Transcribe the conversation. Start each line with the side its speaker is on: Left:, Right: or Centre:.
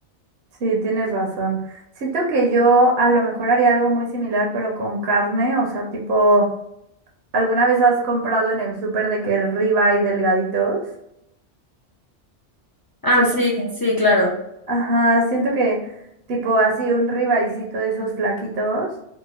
Right: Sí, tienes razón. Siento que yo a lo mejor haría algo muy similar, pero con carne, o sea, tipo... ¿Alguna vez has comprado en el súper de que ribeye delgaditos?
Left: Ah,
Right: Siento
Left: sí,
Right: que,
Left: sí, claro.
Right: ajá, siento que tipo así un ribaycito de esos flaquitos